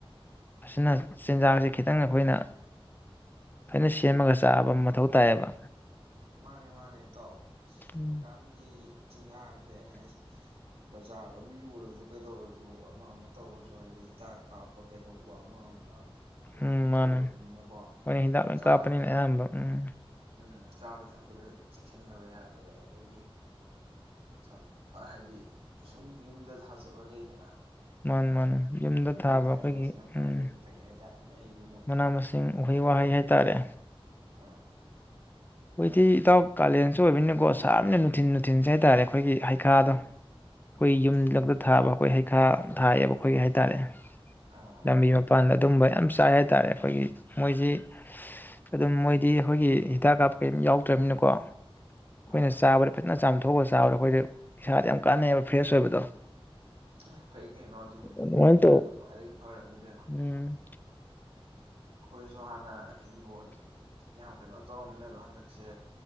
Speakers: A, on the left (about 20°); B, on the right (about 90°).
A: ꯐꯁꯅ ꯆꯤꯟꯖꯥꯛꯁꯦ ꯈꯤꯇꯪ ꯑꯩꯈꯣꯏꯅ ꯐꯖꯅ ꯁꯦꯝꯃꯒ ꯆꯥꯕ ꯑꯃ ꯃꯊꯧ ꯇꯥꯏꯌꯦꯕ
B: ꯃꯥꯅꯦ ꯃꯥꯅꯦ ꯏꯇꯥꯎ ꯍꯧꯖꯤꯛꯀꯥꯟꯗꯤ
A: ꯎꯝ
B: ꯆꯤꯟꯖꯥꯛꯁꯦ ꯑꯩꯅ ꯑꯩꯁꯦ ꯕꯖꯥꯔꯗꯕꯨ ꯌꯣꯜꯂꯁꯨ ꯀꯩꯗꯧꯔꯁꯨ ꯑꯃ ꯑꯃ ꯇꯧꯔꯁꯨ ꯍꯥꯏꯗꯤ ꯍꯤꯗꯥꯛ ꯀꯥꯞꯄ ꯀꯩꯗꯧꯕ ꯑꯃ ꯑꯃ ꯂꯣꯏ
A: ꯎꯝ ꯃꯥꯅꯦ
B: ꯇꯧꯔꯕꯅꯤꯅꯀꯣ
A: ꯑꯩꯈꯣꯏꯅ ꯍꯤꯗꯥꯛ ꯂꯣꯏ
B: ꯆꯥꯕ
A: ꯀꯥꯞꯄꯅꯤꯅ
B: ꯊꯛꯄꯗ
A: ꯑꯌꯥꯝꯕ ꯎꯝ
B: ꯎꯝ ꯆꯥꯕ ꯊꯛꯄꯗ ꯆꯦꯛꯁꯤꯟꯗꯕ ꯌꯥꯗꯦꯕ ꯑꯗꯒꯤ ꯁꯝ ꯍꯥꯏꯗꯤ ꯁꯨꯝ ꯌꯨꯝꯗ ꯊꯥꯖꯕ ꯂꯩꯗꯅ
A: ꯃꯥꯅꯤ ꯃꯥꯅꯦ ꯌꯨꯝꯗ ꯊꯥꯕ
B: ꯊꯥꯖꯕꯁꯤꯅ
A: ꯑꯈꯣꯏꯒꯤ
B: ꯈ꯭ꯋꯥꯏꯗꯒꯤ
A: ꯎꯝ
B: ꯐꯩ ꯍꯥꯏꯇꯥꯔꯦꯅꯦ ꯑꯩꯒꯤ ꯃꯣꯠꯇꯗꯤ
A: ꯃꯅꯥ ꯃꯁꯤꯡ ꯎꯍꯩ ꯋꯥꯍꯩ ꯍꯥꯏ ꯇꯥꯔꯦ
B: ꯑꯣ
A: ꯈꯣꯏꯗꯤ ꯏꯇꯥꯎ ꯀꯥꯂꯦꯟꯁꯨ ꯑꯣꯏꯕꯅꯤ ꯀꯣ ꯁꯥꯅ ꯅꯨꯡꯊꯤꯟ ꯅꯨꯡꯊꯤꯟꯁꯦ ꯍꯥꯏꯇꯥꯔꯦ ꯑꯈꯣꯏꯒꯤ ꯍꯩꯈꯥꯗꯣ ꯑꯈꯣꯏ
B: ꯎꯝ
A: ꯌꯨꯝꯂꯛꯇ ꯊꯥꯕ ꯑꯩꯈꯣꯏ ꯍꯩꯈꯥ ꯊꯥꯏꯌꯦꯕ ꯑꯈꯣꯏꯒꯤ ꯍꯥꯏꯇꯥꯔꯦ
B: ꯑꯥ
A: ꯂꯝꯕꯤ ꯃꯄꯥꯟꯗ ꯑꯗꯨꯝꯕ ꯌꯥꯝ ꯆꯥꯏ ꯍꯥꯏꯇꯥꯔꯦ ꯑꯩꯈꯣꯏꯒꯤ ꯃꯣꯏꯁꯤ ꯑꯗꯨꯝ ꯃꯣꯏꯗꯤ ꯑꯩꯥꯈꯣꯏꯒꯤ ꯍꯤꯗꯥꯛ ꯀꯥꯞ ꯀꯩꯝ ꯌꯥꯎꯗ꯭ꯔꯃꯤꯅꯀꯣ
B: ꯑꯥ
A: ꯍꯣꯏꯅꯦ ꯆꯥꯕꯔ ꯐ ꯆꯥꯝꯊꯣꯛꯑ ꯆꯥꯕꯗ ꯑꯈꯣꯏꯁꯦ ꯏꯁꯥꯗ ꯌꯥꯝ ꯀꯥꯟꯅꯩꯕ ꯐ꯭ꯔꯦꯁ ꯑꯣꯏꯕꯗꯣ
B: ꯑꯦ ꯐꯩ ꯀꯩꯅꯣ ꯑꯗꯨ
A: ꯑꯗꯨꯃꯥꯏꯅ ꯇꯧ
B: ꯑꯗꯨꯅ ꯈ꯭ꯋꯥꯏꯗꯒꯤ ꯐꯔꯕꯅꯤ ꯀꯩꯅꯣ
A: ꯎꯝ
B: ꯑꯈꯣꯏꯁꯨ ꯍꯥꯟꯅ ꯍꯤꯡꯒꯣꯜ ꯌꯥꯝ ꯀꯩꯅꯣ ꯇꯧꯔꯝꯕꯅꯦ ꯑꯗꯣ ꯍꯟꯗꯛꯁꯦ